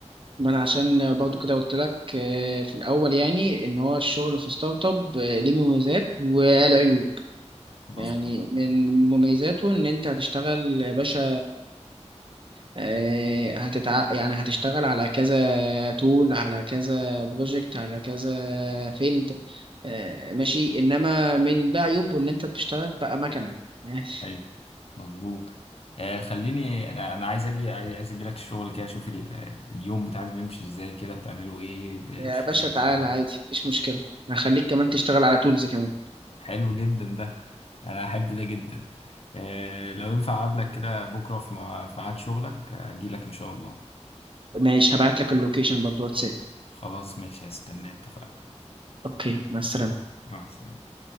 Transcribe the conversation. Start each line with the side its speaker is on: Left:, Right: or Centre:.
Right: ما انا عشان برضو كده قلت لك آه، في الاول يعني ان هو الشغل في ستارت اب آه، ليه مميزات والعيوب
Left: مظبوط
Right: يعني من مميزاته ان انت هتشتغل يا باشا آه، هتتع... يعني هتشتغل على كذا تول على كذا بروجكت على كذا فيلد ماشي انما من بقى عيوبه ان انت بتشتغل بقى مكنه <laughs>
Left: ايوه مظبوط آه خليني انا انا عايز اجي عاي- عايز اجي لك الشغل كده اشوف ال- آه، اليوم بتاعك بيمشي ازاي كده بتعملوا ايه بتشتغل
Right: يا باشا تعالى
Left: ازاي
Right: عادي مفيش مشكلة هخليك كمان تشتغل على تولز كمان
Left: حلو جدا ده انا احب ده جدا آه، لو ينفع اقابلك كده بكره في مع- في ميعاد شغلك اجي لك ان شاء الله
Right: ماشي هبعت لك اللوكيشن برضه واتساب
Left: خلاص ماشي هستنى اتفقنا
Right: اوكي مع السلامة
Left: مع السلامه